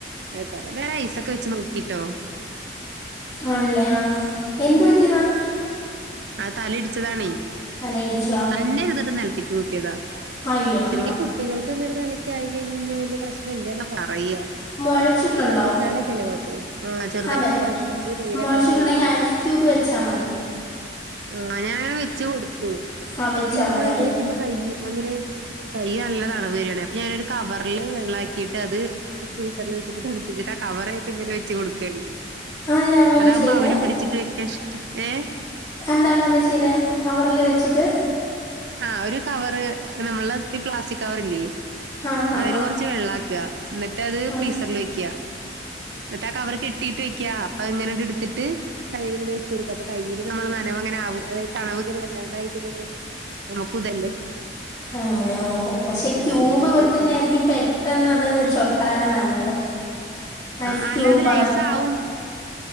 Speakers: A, on the right; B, on the left.
A: ഏ ഹ് കുറെേ നേരം ഐസൊക്കെ വെച്ച് നോക്കിട്ടോ
B: ആണല്ലേ ആഹ് എന്ത് പറ്റിയതാ
A: ആ തല ഇടിച്ചതാണ
B: തലയിടിച്ചോ
A: തന്നെ ഒരു ഇതട്ട നിലത്തേക്ക് ത്തിയതാ
B: അയ്യോടാ
A: ശരിക്കും കുട്ടികൾക്ക് അങ്ങനെ നില ഒ ആയി കഴി കഴിഞ്ഞാല്യ പ്രശ്നല്ലന്നാ പറയാ
B: മുഴച്ചിട്ടുണ്ടോ
A: ഛർദ്ദിച്ചാലൊക്കെല്ലേ കുഴപ്പള്ളൂ ആഹ് ചെറുതായിട്ട്
B: അതെ അതെ
A: മുളച്ചിട്ടുണ്ട് നീല
B: മുഴച്ചിട്ടുണ്ടെങ്കിൽ
A: കളർ വന്നിട്ടുണ്ടേ
B: ഐസ് ക്യൂബ് വെച്ചാൽ മതി <inaudible>
A: ആഹ് ഞൻങ്ങെ വെച്ച് കൊടുത്തു
B: ആ വെച്ചാ
A: ക്യൂബയ്യിട്ട്
B: മതി അത്
A: വെക്കുമ്പോ കയ്യ് അങ്ങനെ കൈ നല്ല താണവരിവായാണെ അപ്പൊ ഞാനൊരു കവറില് വെള്ളക്കിയിട്ട് അത് ഫ്രീസറിൽ വെ തണുപ്പിച്ചിട്ട് കവറായിട്ട് ഇങ്ങനെ വെച്ച് കൊടുക്കാണ്
B: അതിനങ്ങനെ
A: അതാവുമ്പ
B: ചെയ്തേ
A: അവനും പിടിച്ചിട്ട് ഇഷ്ട്ട് ഏഹ്
B: എന്താ അങ്ങനെ ചെയ്തെ കവറില് വെച്ചിട്ട്
A: ആഹ് ഒരു കവറ് നമ്മള പ്ലാസ്റ്റിക് കവറില്ലേ
B: ആ ആ
A: അതില്
B: ആ
A: കുറച്ച് ച് വെള്ളക്ക എന്നിട്ട് അത്
B: ആ
A: ഫ്രീസറിൽ വെക്ക എന്നിട്ട് ആ കവറ് കി കിട്ടീട്ട് വെക്ക അപ്പ എങ്ങനങ്ട് എടുത്തിട്ട് കയ്യി ഇങ്ങനെ വെച് കൊടുക്ക അപ്പ കയ്യില് നമ്മള് നനവ് അങ്ങനെ ആവൂ അഅതായത് തണവ് ഇങ്ങനെ വല്ലാണ്ടായി കഴിഞ്ഞങ്ങനെ നമ്മ കൂതല്ലേ
B: അങ്ങനെ ഓഹോ പക്ഷെ ക്യൂബ്
A: അങ്ങനെ വെച്ച്
B: വെക്കുന്ന
A: കൊടുക്ക
B: ആയിരിക്കും പെട്ടെന്നത് ചൊട്ടാന് നല്ലത് ഐസ്
A: ആഹ്
B: ക്യൂബ്
A: അല്ലാതിലൈസാവും